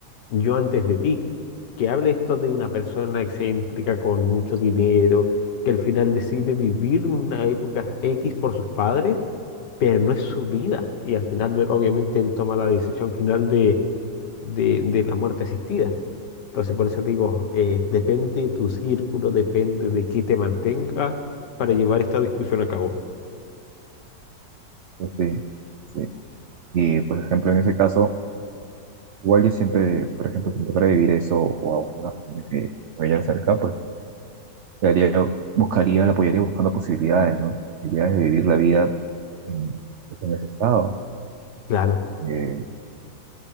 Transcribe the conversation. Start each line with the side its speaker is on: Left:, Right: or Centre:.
Left: Yo antes de ti, que habla esto de una persona excéntrica con mucho dinero, que al final decide vivir una época X por sus padres, pero no es su vida. Y al final, él- obviamente, él toma la decisión final de, de, de la muerte asistida. Entonces, por eso digo, eh, depende tu círculo, depende de qué te mantenga para llevar esta discusión a cabo.
Right: Ujú. sí, sí, y por ejemplo en ese caso, igual yo siempre, por ejemplo, si me tocara vivir eso o a una familia que me vaya cerca, pues le haría- buscaría, la apoyaría buscando posibilidades, ¿no? Posibilidades de vivir la vida en, pues, en ese estado.
Left: Claro,
Right: Eh,